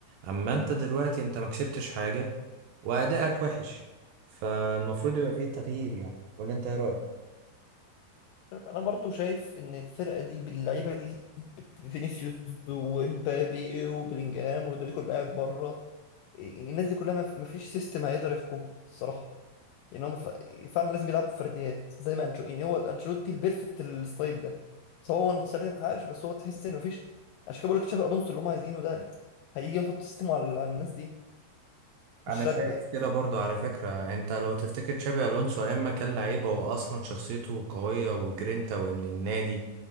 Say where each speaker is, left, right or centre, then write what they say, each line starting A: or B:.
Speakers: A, on the right (about 75°); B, on the left (about 85°).
A: أما انت دلوقتي انت ما كسبتش حاجة وأداءك وحش فالمفروض يبقى فيه تغيير يعني ولا انت ايه رأيك؟
B: انا برضه شايف ان الفرقه دي باللعيبه دي فينيسيوس ومبابي وبلينجهام ورودريجو اللي قاعد بره يعني الناس دي كلها مف- مفيش سيستم هيقدر يحكمه الصراحه يعني هم ف... فعلا لازم يلعبوا بفرديات زي ما انشو يعني هو انشيلوتي البيرفكت الستايل ده بس هو السنه دي محققش بس هو تحس انه مفيش عشان كده بقول لك تشابي الونسو اللي هم عايزينه ده يعني هيجي يحط سيستم على... على الناس دي
A: انا
B: مش
A: شايف
B: راكبه يعني
A: كده
B: ف...
A: برضو على فكرة انت لو تفتكر تشابي الونسو ايام ما كان لعيب هو اصلا شخصيته قوية وجرينتا وابن النادي